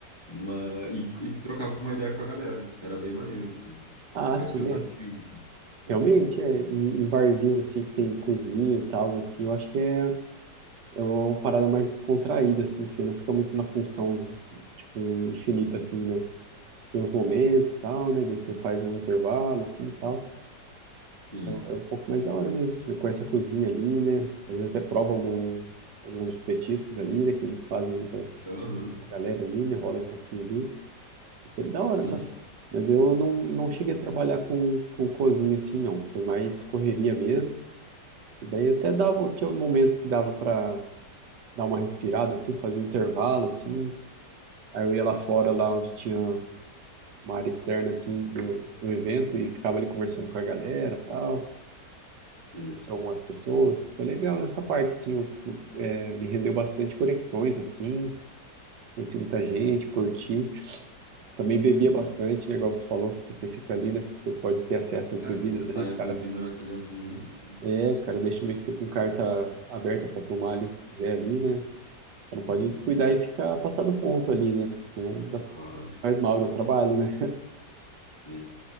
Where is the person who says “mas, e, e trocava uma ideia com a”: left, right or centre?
Left